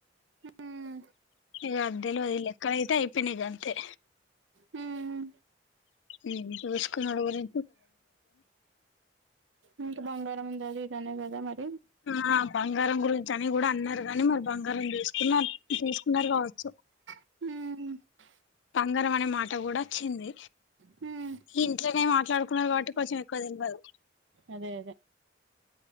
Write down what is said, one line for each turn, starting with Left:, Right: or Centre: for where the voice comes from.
Right: హ్మ్
Left: ఇగ అద్దెలవదు లెక్కలు అయితే అయిపోనగ అంతే
Right: హ్మ్
Left: నీ దస్కు నడురుదే
Right: ఉంత బంగారం ఉంద లేదనే కదా మరి
Left: హమ్ బంగారం గురించి అని కూడా అన్నారు గాని మరి బంగారం తీసుకున్నారు తీసుకున్నారు కావచ్చు.
Right: మ్
Left: బంగారం అనే మాట కూడా వచ్చింది.
Right: హ్మ్
Left: ఇంట్లోనే మాట్లాడుకున్నారు కాబట్టి కొంచెం ఎక్కువ తెలవదు.
Right: అదే అదే